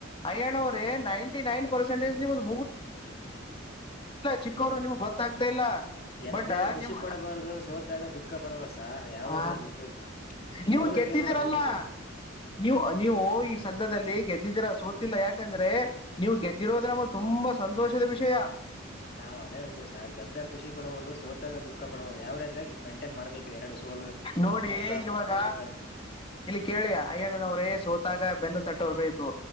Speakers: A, on the left; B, on the left.
A: ಅಯ್ಯಣ್ಣವ್ರೆ ನೈಂಟಿ ನೈನ್ ಪರ್ಸೆಂಟೇಜ್ ನಿಮ್ದು ಚಿಕ್ಕವ್ರು ನಿಮ್ಗೆ ಗೊತ್ತಾಗ್ತಾ ಇಲ್ಲ
B: ಗೆದ್ದಾಗ
A: ಬಟ್
B: ಖುಷಿ
A: ನಿಮ್ಮ
B: ಪಡಬಾರ್ದು ಸೋತಾಗ ದುಃಖ ಪಡಬಾರದು ಸಾರ್ ಯಾವ ರೇಜಾಗಿ
A: ಆ,
B: ಹೋಗ್ಬೇಕು ಸೋಲ
A: ನೀವು ಗೆದ್ದಿದ್ದೀರಲ್ಲ
B: ಗೆಲುವಾದ ಇದ್ದ್ದೇಾರ
A: ನೀವು ನೀವು ಈ ಸದ್ಯದಲ್ಲಿ ಗೆದ್ದ ಗೆದ್ದಿದ್ದೀರಾ ಸೋತಿಿಲ್ಲ ಯಾಕಂದ್ರೆ ನೀವು ಗೆದ್ದಿರೋದ್ರ ನಮ ತುಂಬಾ ಸಂತೋಷದ ವಿಷಯ
B: ನಾವವು ಅದೇ ಹಳ್ತೀವಿ ಸ ಗೆದ್ದಾಗ ಖುಷಿ ಪಡಬಾರ್ದು ಸೋತಾಗ ದುಃಖ ಪಡಬಾರ್ದ ಯಾವ್ರ ಎಸ ಮೈಂಟೈನ್ ಮಾಡ್ಬೇಕ್ರಿ ಎರಡು ಸೋಲು
A: ನೋಡಿ
B: ದುಃಖ
A: ಇವಾಗ
B: ಮತ್ತು ಸುಖನ
A: ಇಲ್ಲಿ ಕೇಳಿಯ ಅಯ್ಯಣ್ಣನವರೇ ಸೋತಾಗ ಬೆನ್ನು ತಟ್ಟೋರ್ ಬೇಕು